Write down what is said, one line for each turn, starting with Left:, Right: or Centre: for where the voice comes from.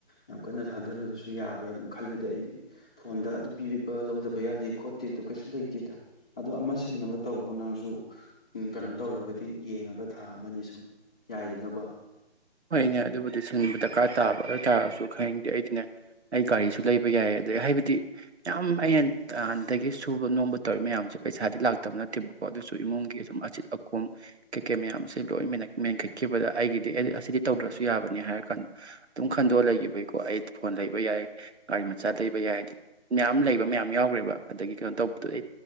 Centre: ꯌꯥꯝ ꯀꯟꯅ ꯊꯥꯗꯔꯨꯔꯁꯨ ꯌꯥꯕ꯭ꯔꯥ ꯑꯗꯨꯝ ꯈꯜꯂꯦꯗ ꯑꯩꯗꯤ ꯐꯣꯟꯗ ꯑꯗꯨ ꯄꯤꯕꯤꯕ ꯂꯧꯗꯕ ꯌꯥꯗꯦ ꯈꯣꯠꯇꯦ ꯑꯗꯨ ꯀꯩꯁꯨ ꯂꯩꯇꯦꯗ ꯑꯗꯣ ꯑꯃ ꯁꯤꯟꯅꯕ ꯇꯧꯕ ꯅꯪꯁꯨ ꯎ ꯀꯩꯅꯣ ꯇꯧꯔꯒꯗꯤ ꯌꯦꯡꯉꯒ ꯊꯥ ꯑꯃꯅꯤ ꯁꯨꯝ ꯌꯥꯏꯗꯅꯀꯣ
Right: ꯍꯣꯏꯅꯦ ꯑꯗꯨꯕꯨꯗꯤ ꯁꯤꯟꯕ ꯗꯔꯀꯥꯔ ꯇꯥꯕ ꯑꯗꯨ ꯑꯣꯏꯇꯥꯥꯔꯒꯁꯨ ꯈꯪꯅꯤꯡꯗꯦ ꯑꯩꯗꯤꯅꯦ ꯑꯩ ꯒꯥꯔꯤꯁꯨ ꯂꯩꯕ ꯌꯥꯏ ꯑꯗꯩ ꯍꯥꯏꯕꯗꯤ ꯌꯥꯝ ꯑꯩꯅ ꯇꯥꯟꯗꯒꯤ ꯁꯨꯕ ꯅꯣꯝꯕ ꯇꯧꯋ ꯃꯌꯥꯝꯁꯦ ꯄꯩꯁꯥꯗꯤ ꯂꯥꯛꯇꯕ ꯅꯠꯇꯦꯕꯀꯣ ꯑꯗꯨꯁꯨ ꯁ ꯏꯃꯨꯡꯒꯤ ꯑꯗꯨꯝ ꯑꯆꯤꯠ ꯑꯀꯣꯝ ꯀꯩꯀꯩ ꯃꯌꯥꯝꯁꯦ ꯂꯣꯏ ꯃꯦꯟꯈꯠꯈꯤꯕꯗ ꯑꯩꯒꯤꯗꯤ ꯑꯁꯤꯗꯤ ꯇꯧꯗ꯭ꯔꯁꯨ ꯌꯥꯕꯅꯤ ꯍꯥꯏꯔ ꯀꯥꯟꯗ ꯑꯗꯨꯝ ꯈꯟꯗꯣꯛꯑ ꯂꯩꯈꯤꯕꯒꯤꯀꯣ ꯑꯩ ꯐꯣꯟ ꯂꯩꯕ ꯌꯥꯏ ꯒꯥꯔꯤ ꯃꯆꯥ ꯂꯩꯕ ꯌꯥꯏ ꯍꯥꯏꯗꯤ ꯃꯌꯥꯝ ꯂꯩꯕ ꯃꯌꯥꯝ ꯌꯥꯎꯈ꯭ꯔꯦꯕ ꯑꯗꯒꯤ ꯀꯩꯅꯣ ꯇꯧꯕꯗꯨ ꯑꯩ